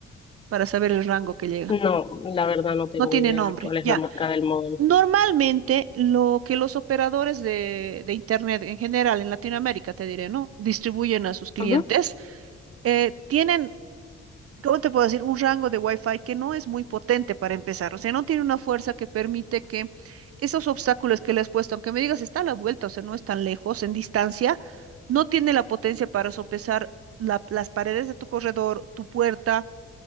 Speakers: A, on the right; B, on the left.
A: para saber el rango que llega.
B: No, la verdad no tengo
A: No tiene
B: idea
A: nombre,
B: cuál es
A: ya.
B: la marca del móvil.
A: Normalmente lo que los operadores de, de Internet en general en Latinoamérica, te diré, ¿no? Distribuyen a sus clientes,
B: Ujú.
A: eh, tienen, ¿cómo te puedo decir? Un rango de Wi-Fi que no es muy potente para empezar, o sea, no tiene una fuerza que permite que esos obstáculos que le has puesto, aunque me digas está a la vuelta, o sea, no es tan lejos en distancia, no tiene la potencia para sopesar la- las paredes de tu corredor, tu puerta